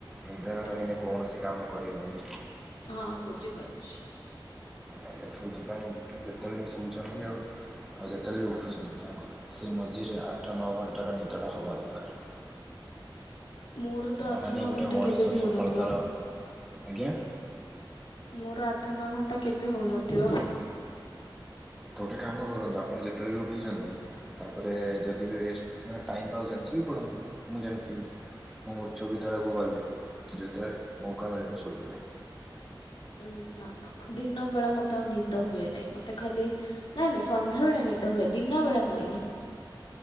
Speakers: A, in the centre; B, on the left.
A: ନିଦର ରହିିଲେ
B: ଆ,
A: କୌଣସି କାମ କରିହୁଏନି।
B: ହଁ ବୁଝିପାରୁୁଛି।
A: ଆଜ୍ଞା ସେଇଥିପାଇଁ ଯେତେବେଳେ ବି ଶୋଉଛନ୍ତି ଆଉ ଆଉ ଯେତେବେଳେ ବି ଉଠୁଛନ୍ତି ତାଙ୍କୁ ସେ ମଝିରେ ଆଠ ନଅ ଘଣ୍ଟାର ନିଦଟା ହେବା ଦରକାର।
B: ମୋର ତ
A: ତାହା
B: ଆଠ
A: ନେଇହିଁ
B: ନଅ
A: ଗୋଟେ
B: ଘଣ୍ଟା
A: ମଣିଷ
B: କେବେ ବି
A: ସଫଳତାର
B: ହେଉନଥିବ
A: ଆଜ୍ଞା!
B: ମୋର ଆଠ ନଅ ଘଣ୍ଟା କେବେ ହେଉନଥିବ।
A: ତ ଗୋଟେ କାମ କରନ୍ତୁ ଆପଣ ଯେତେବେଳେ ବି ଉଠୁଛନ୍ତି। ତାପରେ ଯଦି ବି ରେଷ୍ଟ ମାନେ ଟାଇମ୍ ପାଉଛନ୍ତି ଶୋଇ ପଢ଼ନ୍ତୁ ମୁଁ ଯେମିତି ମୁଁ ଉଚ୍ଚ ବିଦ୍ୟାଳୟକୁ ଗଲେ ଯେତେବେଳେ ମୌକା ମିଳେ ମୁଁ ଶୋଇପଡ଼େ।
B: ଉଁ ନା ନା ଦିନ ବେଳେ ମତେ ଆଉ ନିଦ ହୁଏ ନାହିଁ ମତେ ଖାଲି। ନାଇଁ ନାଇଁ ସନ୍ଧ୍ୟାବେଳେ ନିଦ ହୁଏ ଦିନ ବେଳ ହୁଏନି।